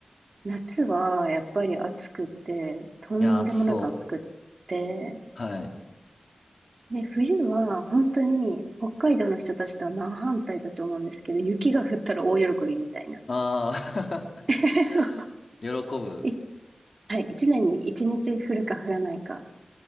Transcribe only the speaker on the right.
夏はやっぱり暑くて、とんでもなく暑くって、
ね、冬は本当に北海道の人たちとは真反対だと思うんですけど、雪が降ったら大喜びみたいな。
<laughs>
いはい、一年に一日降るか降らないか